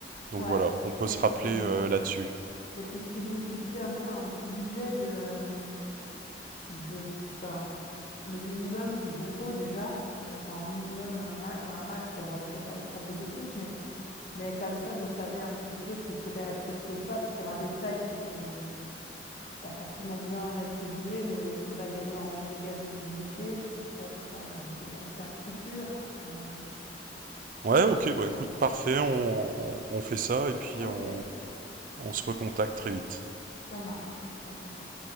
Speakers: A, on the right (about 50°); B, on the left (about 45°).
A: Donc
B: Ouais.
A: voilà, on peut
B: Et
A: se
B: puis,
A: rappeler
B: euh,
A: euh, là-dessus.
B: et puis si vous fixez un peu un petit budget de, de, enfin, le minimum qu'il vous faut déjà, euh, enfin un minimum et un, ma- un max, on va toujours euh, proposer plus, mais, mais comme ça, vous savez un petit peu ce que vous pouvez accepter ou pas, parce qu'il y aura des scènes qui sont pas forcément bien rétribuées, mais où tu vas gagner en méga visibilité pour peut-être euh, des concerts futurs. euh,
A: Ouais, ok,
B: ouais,
A: bah écoute,
B: ouais.
A: parfait, on, on, on fait ça, et puis
B: Ok,
A: on, on se recontacte très vite.
B: ça marche. On fait ça.